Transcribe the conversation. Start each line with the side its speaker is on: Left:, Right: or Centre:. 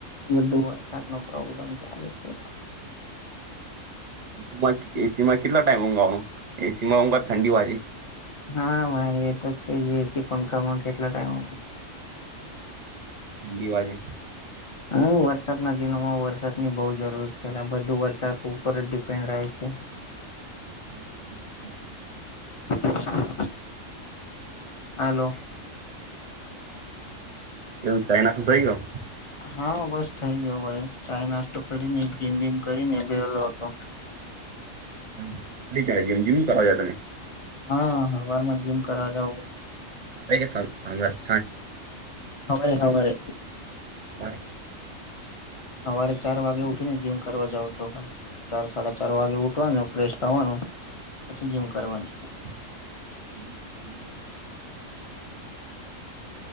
Left: બધો વરસાદનો પ્રોબ્લેમ ચાલે છે.
Right: એસીમાં એસીમાં કેટલા ટાઈમ ઉગવાનો એસીમાં અમુક વાર ઠંડી વાગે
Left: હા ભાઈ એ તો છે એસી પંખામાં કેટલા ટાઈમ
Right: દીવાજે
Left: હ વરસાદમાં જ વરસાદની બહુ જરૂર છે એટલે બધું વરસાદ ઉપર જ ડિપેન્ડ રેય છે.
Right: <inaudible>
Left: <inaudible> હલો
Right: કેવું ચાઈના શું થઈ ગયું.
Left: હા બસ થઈ ગયો ભાઈ ચાય નાસ્તો કરીને જીમ ભીમ કરીને બેલો હતો.
Right: ખાલી ચલે જીમ જીમ કરવા જાવ તમે
Left: હા હવારમા જીમ કરાવા જાવ
Right: <inaudible>
Left: સવારે સવારે
Right: સવારે
Left: સવારે ચાર વાગે ઉઠીને જીમ કરવા જાાવ છો ભાઈ ચાર સાડા ચાર વાગે ઉઠવાનું ફ્રેશ થવાનું પછી જીમ કરવાનું
Right: <inaudible> <inaudible>